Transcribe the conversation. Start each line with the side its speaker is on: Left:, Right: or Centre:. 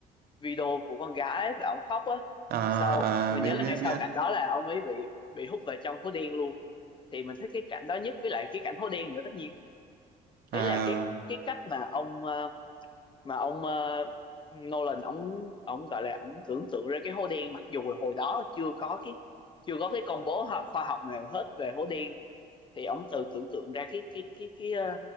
Left: video của con gái và ổng khóc á
Right: À,
Left: sau mình
Right: à biết
Left: nhớ là
Right: biết
Left: ngay sau
Right: biết.
Left: cảnh đó là ông ấy bị bị hút vào trong hố đen luôn thì mình thích cái cảnh đó nhất với lại cái cảnh hố đen nữa tất nhiên
Right: À,
Left: ý là cái cái cách mà ông ờ, mà ông ờ, Nolan ông ông gọi là ông tưởng tượng ra cái hố đen mặc dù là hồi đó chưa có cái chưa có cái công bố ho- khoa học nào hết về hố đen thì ông tự tưởng tượng ra cái cái cái cái ờ,